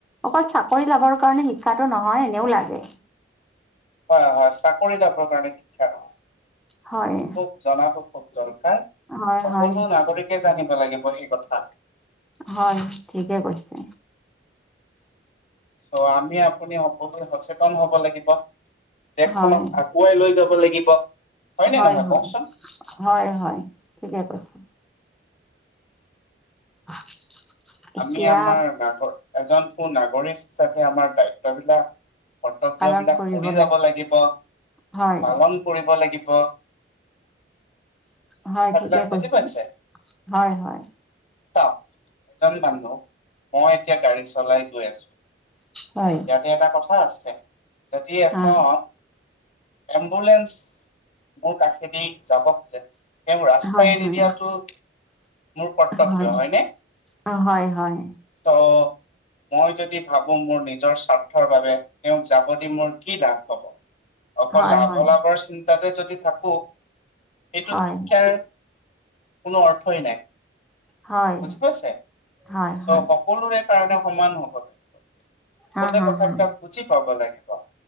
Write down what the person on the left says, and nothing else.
হয় হয় চাকৰি লাভৰ কাৰণে শিক্ষা নহয়।
খুব জনাটো খুব দৰকাৰ।
সকলো
নাগৰিকে জানিব লাগিব সেই কথা।
ত' আমি আপুনি সকলোৱে সচেতন হব লাগিব দেশখনক
আগ, গুৱাই লৈ যাব লাগিব। নে
নহয়
কওকচোন?
আমি আমাৰ নাগ এজন সু নাগৰিক হিচাপে আমাৰ দায়িত্ববিলাক। কৰ্তব্য
বিলাক
কৰি যাব লাগিব
পালন কৰিব লাগিব।
কথাবিলাক
বুজি পাইছে?
চাওক, এজন মানুহ, মই এতিয়া গাড়ী চলাই গৈ আছো।
ইয়াতে এটা কথা আছে যদি এখন,
এম্বুলেঞ্চ মোৰ কাষেদি যাব খোজে। এই মোৰ ৰাস্তাই
এৰি
দিয়াটো মোৰ কৰ্তব্য
হয়নে?
ত' মই যদি ভাবো মোৰ নিজৰ স্বাৰ্থৰ বাবে, তেওঁক যাব দি মোৰ কি লাভ হব। অকল
লাভ
লাভৰ চিন্তাতে যদি থাকো, এইটো
শিক্ষাৰ কোনো অৰ্থই নাই,
বুজি পাইছে?
চ'
সকলোৰে কাৰণে সমান হব লাগিব, সকলোৱে
কথাবলাক
বুজি পাব লাগিব।